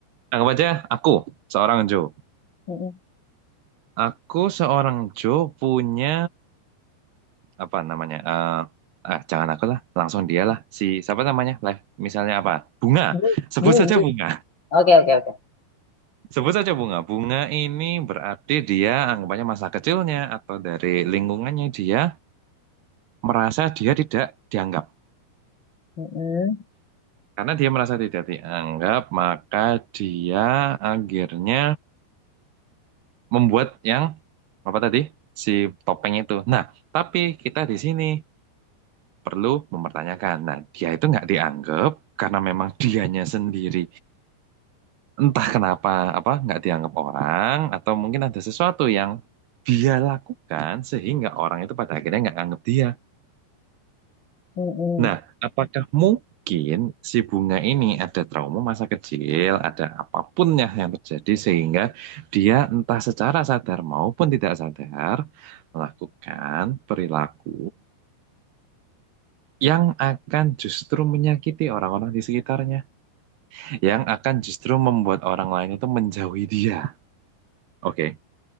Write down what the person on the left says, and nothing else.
mm-mm.
Dui,
dui,
dui.
Oke oke oke.
Mm-mm,
mm-mm,